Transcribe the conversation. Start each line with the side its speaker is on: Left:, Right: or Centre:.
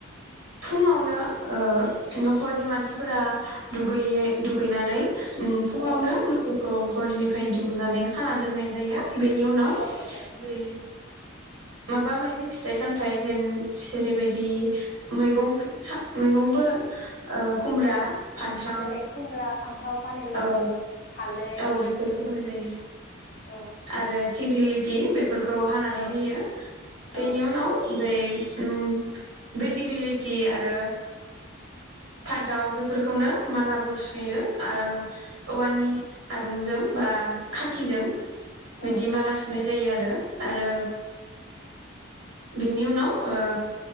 Right: फुङावनो ओ न'खरनि मानसिफोरा दुगैयै दुगैनानै उम फुङावनो
Left: औ
Right: मोसौ खौ गलिनिफ्राय दिहुननानै खाना दोननाय जायो बेनि उनाव
Left: औ नंगौ
Right: बे माबा माबि फिथाइ सामाइ थाय जेन जेरैबायदि मैगं मैगंबो ओ खुमब्रा
Left: औ
Right: फान्थाव
Left: जेरै खुमब्रा फान्थाव पानिलाव
Right: औ
Left: हालदै
Right: औ बेफोरखौ जायो
Left: औ
Right: आरो दिगलि ति फोरखौ हानानै
Left: औ
Right: होयो बेनि
Left: औ
Right: उनाव बै उम बे दिगलिटि आरो फान्थाव बेफोरखौनो मालाबो सुयो
Left: औ
Right: ओ औवानि आरुंजों बा खाथिजों बिदि
Left: औ
Right: माला सुनाय जायो आरो आरो
Left: औ
Right: बेनि उनाव ओ